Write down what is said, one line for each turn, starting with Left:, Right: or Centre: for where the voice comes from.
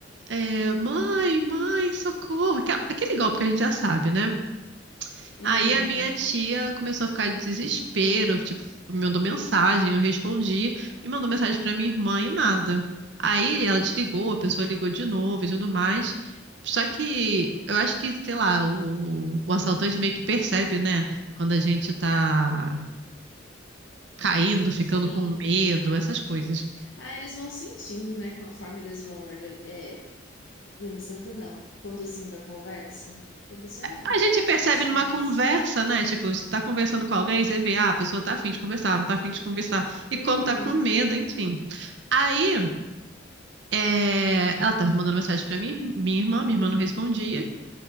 Right: é, mãe, mãe, socorro, aque- aquele golpe que a gente já sabe, né?
Left: uhum,
Right: Aí a minha tia começou a ficar de desespero, tipo, me mandou mensagem, eu respondi, e mandou mensagem pra minha irmã e nada. Aí ela desligou, a pessoa ligou de novo e tudo mais. Só que eu acho que, sei lá, o, o assaltante meio que percebe, né? Quando a gente tá caindo, ficando
Left: sim.
Right: com medo, essas coisas.
Left: Ah, eles vão sentindo, né? Conforme eles vão organi- é, organizando, não, conduzindo a conversa. Eles já
Right: A gente
Left: têm
Right: percebe
Left: prática
Right: numa
Left: nisso.
Right: conversa, né? Tipo, você tá conversando com alguém, você vê, ah, a pessoa tá afim de conversar, não tá afim de conversar. E
Left: Uhum.
Right: quando tá com medo, enfim. Aí, é, ela tava mandando mensagem pra mim, minha irmã, minha irmã não respondia.